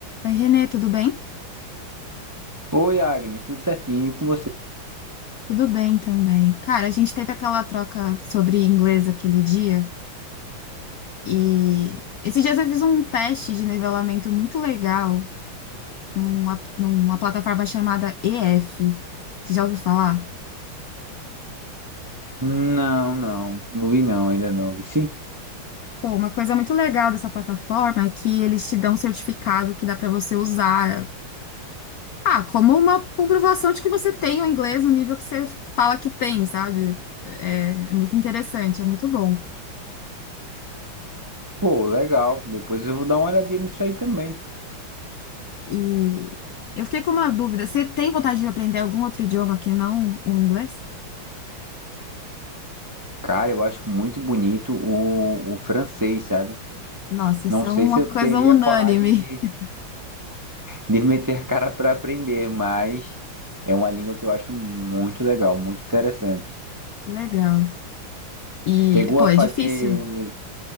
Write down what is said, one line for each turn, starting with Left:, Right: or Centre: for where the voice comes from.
Left: Oi, Renê, tudo bem?
Right: Oi, Agnes, tudo certinho e com você?
Left: Tudo bem também. Cara, a gente teve aquela troca sobre inglês aquele dia e esses dias eu fiz um teste de nivelamento muito legal numa, numa plataforma chamada EF. Você já ouviu falar?
Right: Não, não, não vi não, ainda não, vi sim.
Left: Pô, uma coisa muito legal dessa plataforma é que eles te dão um certificado que dá pra você usar, ah, como uma comprovação de que você tem o inglês no nível que você fala que tem, sabe? É, é muito interessante, é muito bom.
Right: Pô, legal, depois eu vou dar uma olhadinha nisso aí também.
Left: E eu fiquei com uma dúvida. Você tem vontade de aprender algum outro idioma que não o inglês?
Right: Cara, eu acho muito bonito o, o francês, sabe?
Left: Nossa, isso
Right: Não
Left: é
Right: sei
Left: uma
Right: se eu
Left: coisa
Right: teria
Left: unânime.
Right: coragem de,
Left: <laughs>
Right: de meter cara pra aprender, mas é uma língua que eu acho muito legal, muito interessante.
Left: Que Legal. E,
Right: Chegou
Left: pô,
Right: a
Left: é
Right: fazer,
Left: difícil.